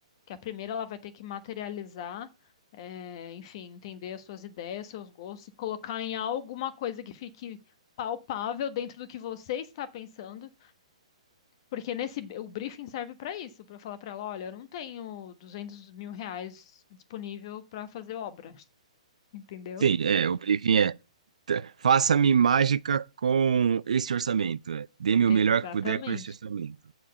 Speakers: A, on the left (about 45°); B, on the right (about 75°).
A: que a primeira ela vai ter que materializar, eh, enfim, entender as suas ideias, seus gostos e colocar em alguma coisa que fique palpável dentro do que você está pensando, porque nesse o briefing serve para isso, para eu falar para ela, olha, eu não tenho duzentos mil reais disponível para fazer obra, <laughs> entendeu?
B: Sim, é, o briefing é: t- faça-me mágica com esse orçamento. É. Dê-me
A: Exatamente.
B: o melhor que puder com esse orçamento.